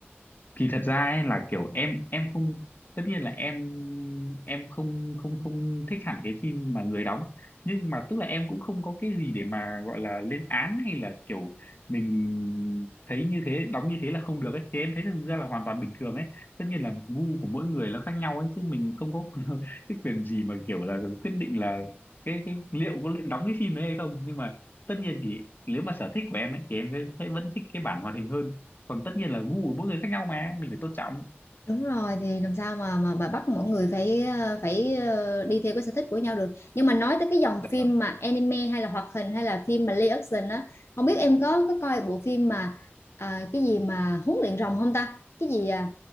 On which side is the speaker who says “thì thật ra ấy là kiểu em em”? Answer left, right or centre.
Left